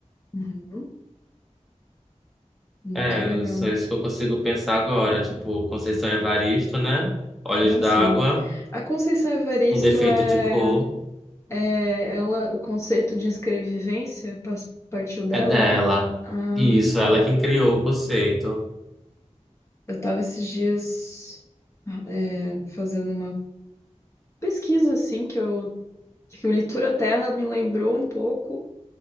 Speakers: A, on the left; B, in the centre.
A: Uhum. Muito
B: É,
A: legal.
B: eu- só isso que eu consigo pensar agora. Tipo, Conceição Evaristo, né? Olhos
A: Nossa,
B: d'Água.
A: a Conceição Evaristo
B: Um defeito
A: é,
B: de cor
A: é ela, o conceito de escrevivência pas- partiu dela?
B: é dela.
A: Ah,
B: Isso, ela é quem criou o conceito.
A: eu tava esses dias é, fazendo uma pesquisa assim que eu que o Literatura Terra me lembrou um pouco